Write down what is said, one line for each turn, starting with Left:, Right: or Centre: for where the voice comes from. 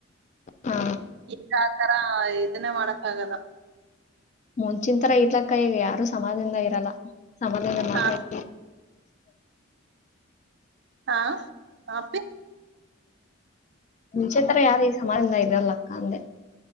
Left: ಹಾ
Right: ಈಗ ಆತರ ಇದನ್ನೇ ಮಾಡಕ್ ಆಗಲ್ಲ
Left: ಮುಂಚನ್ ತರ ಇರ್ಲಕ್ಕ ಯಾರು ಸಮಾಜದಿಂದ ಇರಲ್ಲ ಸಮಾಜದಿಂದ ಮಾತ್ರ
Right: ಹಾ
Left: <inaudible>
Right: ಹಾ ಹಪಿ
Left: ಮುಂಚೆ ತರ ಯಾರ ಈ ಸಮಾಜದಿಂದ ಇದ್ರಲ್ಲಕ್ಕ ಅಂದೆ